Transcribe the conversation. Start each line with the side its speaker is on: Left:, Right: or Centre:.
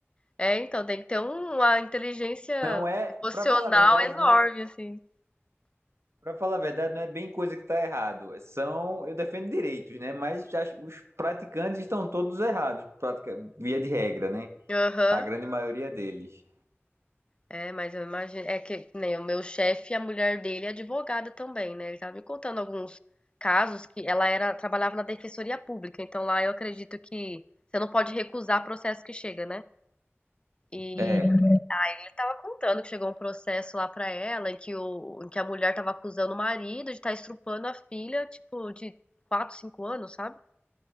Left: É, então, tem que ter um- uma inteligência
Right: Não é,
Left: emocional
Right: pra falar a verdade,
Left: enorme,
Right: não,
Left: assim.
Right: Para falar a verdade, não é bem coisa que tá errado. São, eu defendo direitos, né? Mas já acho- os praticantes estão todos errados, pratica- via de regra, né?
Left: Aham.
Right: A grande maioria deles.
Left: É, mas eu imagino. É que nem o meu chefe, a mulher dele é advogada também, né? Ele tava me contando alguns casos que ela era, trabalhava na defensoria pública, então lá eu acredito que você não pode recusar processo que chega, né? E
Right: É.
Left: Ele estava contando que chegou um processo lá pra ela, em que, o, em que a mulher estava acusando o marido de estar estrupando a filha, tipo, de 4 5 anos, sabe?